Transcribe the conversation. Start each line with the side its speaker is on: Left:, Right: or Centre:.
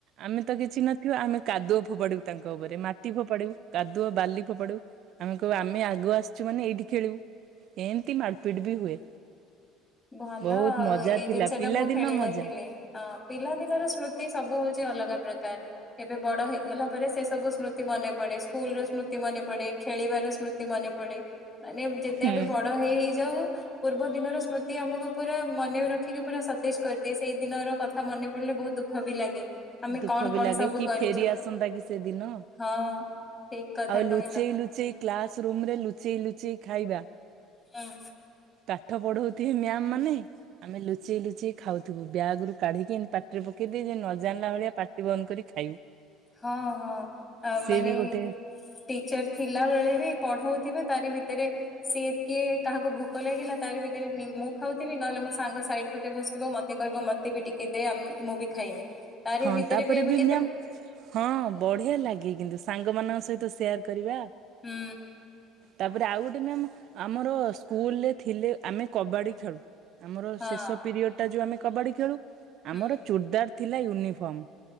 Right: ଆମେ ତ କିଛି ନ ଥିବ ଆମେ କାଦୁଅ ଫୋପାଡୁ ତାଙ୍କ ଉପରେ ମାଟି ଫୋପାଡୁ କାଦୁଅ ବାଲି ଫୋପାଡୁ। ଆମେ କହିବୁ ଆମେ ଆଗ ଆସିଛୁ ମାନେ ଏଇଠି ଖେଳିବୁ ଏମିତି ମାଡପିଟ ବି ହୁଏ।
Left: ଭଲ
Right: ବହୁତ
Left: ଆଉ
Right: ମଜା
Left: ଏଇ
Right: ଥିଲା
Left: ଜିନିଷ
Right: ପିଲାଦିନ
Left: ଟା ମୁଁ ଖେଳି
Right: ମଜା।
Left: ନଥିଲି ହଁ। ପିଲାଦିନର ସ୍ମୃତି ସବୁ ହଉଛି ଅଲଗା ପ୍ରକାର। ଏବେ ବଡ ହେଇଗଲା ପରେ ସେ ସବୁ ସ୍ମୃତି ମନେ ପଡେ ସ୍କୁଲ ର ସ୍ମୃତି ମନେ ପଡେ ଖେଳିବାର ସ୍ମୃତି ମନେ ପଡେ। ମାନେ ଯେତେ
Right: ହୁଁ।
Left: ଆମେ ବଡ ହେଇ ହେଇଯାଉ ପୂର୍ବ ଦିନର ସ୍ମୃ ତି ଆମକୁ ପୁରା ମନେ ରଖିକି ପୁରା ସତେଜ କରିଦିଏ ସେଇ ଦିନ ର କଥା ମନେ ପଡିଲେ ବହୁତ ଦୁଃଖ ବି ଲାଗେ। ଆମେ
Right: ଦୁଃଖ
Left: କଣ
Right: ବି
Left: କଣ
Right: ଲାଗେ
Left: ସବୁ
Right: କି
Left: କରୁଛୁ
Right: ଫେରି ଆସନ୍ତା କି ସେଦିନ।
Left: ହଁ ଠିକ କଥା
Right: ଆଉ ଲୁଚେଇ
Left: କହିଲ
Right: ଲୁଚେଇ କ୍ଲାସ ରୁମ ରେ ଲୁଚେଇ ଲୁଚେଇ ଖାଇବା।
Left: ହୁଁ।
Right: ପାଠ ପଢଉଥିବି ମ୍ୟାାମ ମାନେ ଆମେ ଲୁଚେଇ ଲୁଚେଇ ଖାଉଥିବୁ ବ୍ୟାଗ ରୁ କାଢିକି ଏମ୍ ପା ଟିରେ ପକେଇ ଦେଇ ଯେ ନ ଜାଣିଲା ଭଳିଆ ପାଟି ବନ୍ଦ କରି ଖାଇବୁ।
Left: ହଁ ହଁ
Right: ସିଏ
Left: ମାନେ
Right: ବି ଗୋଟେ
Left: ଟିଚର ଥିଲା ବେଳେ ବି ପଢଉଥିବେ ତାରି ଭିତରେ ସିଏ କିଏ କାହାକୁ ଭୋକ ଲାଗିଲା ତାର ଭିତରେ ନି ମୁଁ ଖାଉଥିବି ନହେଲେ ମୋ ସାଙ୍ଗ ସାଇଡ ପତେ ବସିଥିବ ମ ମତେ କହିବ ମତେ ବି ଟିକେ ଦେ ଆ ମୁଁ ବି ଖାଇବି। ତାରି
Right: ହଁ
Left: ଭିତରେ
Right: ତାପରେ
Left: ଆମେ
Right: ବି
Left: କେତେ
Right: ମ୍ୟାମ୍ ହଁ ବଢିଆ ଲାଗେ କିନ୍ତୁ ସାଙ୍ଗମାନଙ୍କ ସହିତ ସେୟାର କରିବା।
Left: ହୁଁ।
Right: ତାପରେ ଆଉ ଗୋଟେ ମ୍ୟାମ୍ ଆମର ସ୍କୁଲରେ ଥିଲେ ଆମେ କବାଡ଼ି ଖେଳୁ। ଆମର
Left: ହଁ
Right: ଶେଷ ପିରିୟଡ଼ ଟା ଯୋଉ ଆମେ କବାଡି ଖେଳୁ
Left: ହୁଁ
Right: ଆମର ଚୁରଦାର ଥିଲା ୟୁନିଫର୍ମ।